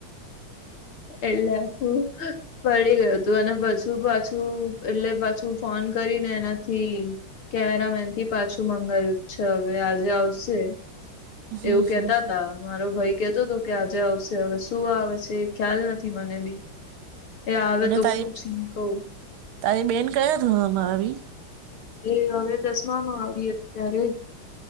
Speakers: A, on the left; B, on the right.
A: એટલે શું? પડી ગયું હતું, અને પાછું-પાછું એટલે પાછું ફોન કરીને એનાથી. કેમેરામેન થી પાછું મંગાયું છે, હવે આજે આવશે.
B: હમ,
A: એવું કેતાતા
B: હમ.
A: મારો ભાઈ કેતો હતો કે, આજે આવશે, હવે શું આવે છે. ખ્યાલ નથી મને ભી એ, આવે
B: અને
A: તો
B: તારી
A: પૂછીને કવું.
B: તારી બેન ક્યા ધોરણમા આવી?
A: એ હવે દસમામાં આવી અત્યારે.